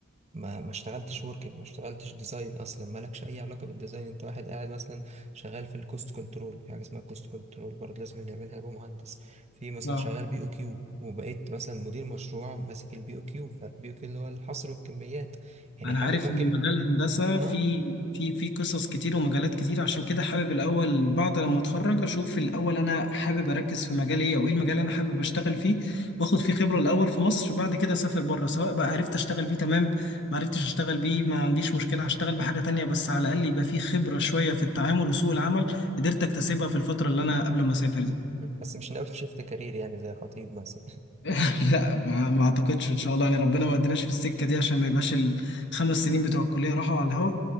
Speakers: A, on the right; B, on the left.
A: ما ما اشتغلتش وركينج ما اشتغلتش ديزاين اصلا مالكش اي علاقه بالديزاين انت واحد قاعد مثلا شغال في الكوست كنترول في حاجه اسمها الكوست كنترول برضه لازم اللي يعملها يبقى مهندس في مثلا
B: اه
A: شغال بي او كيو وبقيت مثلا مدير مشروع ماسك البي او كيو فبي او كيو اللي هو الحصر والكميات يعني
B: انا
A: حاجه
B: عارف
A: ممكن
B: ان مجال الهندسه
A: اه
B: في في في قصص كتير ومجالات كتير عشان كده حابب الاول بعد لما اتخرج اشوف الاول انا حابب اركز في مجال ايه او ايه المجال اللي انا حابب اشتغل فيه واخد فيه خبره الاول في مصر بعد كده اسافر بره سواء بقى عرفت اشتغل بيه تمام ما عرفتش اشتغل بيه ما عنديش مشكله هشتغل بحاجه تانية بس على الاقل يبقى فيه خبره شويه في التعامل وسوق العمل قدرت اكتسبها في الفتره اللي انا قبل ما اسافر دي
A: مم. بس مش ناوي <laughs> شيفت كارير يعني زي خطيب مثلا
B: <laughs> لا ما, ما اعتقدش ان شاء الله يعني ربنا ما ادناش في السكه دي عشان ما يبقاش الخمس سنين بتوع الكليه راحوا على الهوا